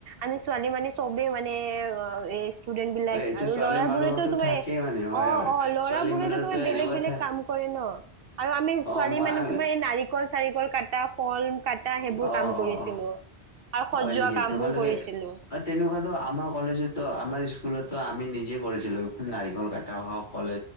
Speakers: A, on the right (about 65°); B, on the left (about 45°).
A: আমি। ছোৱালী মানে চবে মানে অ। ষ্টুডেন্ট বিলাক
B: এ এইটো
A: আৰু
B: ছোৱালী
A: ল'ৰা
B: মানুহৰতো
A: বোৰেতো তোমাৰ
B: থাকেই
A: অ
B: মানে হয় হয়।
A: অ ল'ৰা
B: ছোৱালী
A: বোৰেতো
B: মানুহৰতো
A: তোমাৰ বেলেগ
B: এনেকুৱা
A: বেলেগ
B: থা
A: কাম কৰে। ন আৰু আমি
B: অ
A: ছোৱালী
B: মই
A: মানুহ তোমাৰ এই নাৰিকল চাৰিকল কাটি। ক ফল কাটা সেইবোৰ
B: অ অ
A: কাম কৰিছিলো।
B: অ
A: আৰু সজোৱা
B: হয় নেকি।
A: কাম
B: তোমালোকে
A: বোৰ কৰিছিলো
B: তেনেকুৱাতো আমাৰ কলেজত আমাৰ। আমি নিজে কৰিছিলো নাৰিকল কটা হওক কলে